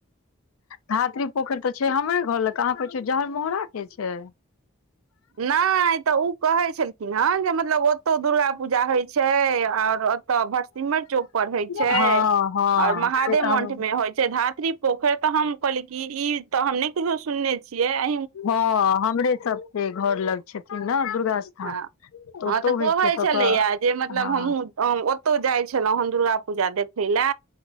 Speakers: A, on the left; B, on the right.
A: धात्री पोखरि तऽ छै हमरे घर लग, अहाँ कहै छियै जहरमोहड़ा के छै।
B: नहि तऽ ओ कहैत छलखिन हेँ जे मतलब ओतहु दुर्गा पूजा होइत छै और तऽ भटसिमर चौक पर होइ
A: हँ
B: छै
A: हँ
B: और महादेव
A: से तऽ हम
B: मंठ में होइ छै, धात्री पोखर तऽ हम कहलियै कि ई तऽ हम नै कुछो सुनने छियै अ
A: हँ हमरे सबके घर लग छथिन ने दुर्गा स्थान।
B: हँ हँ
A: ओतौ
B: तऽ
A: होइ
B: कहैत
A: छै तऽ
B: छलैए
A: ओतऽ
B: जे मतलब
A: हँ
B: हमहूँ ओतै ओतहु जाइ छलहुँ हेन दुर्गा पूजा देखय ले।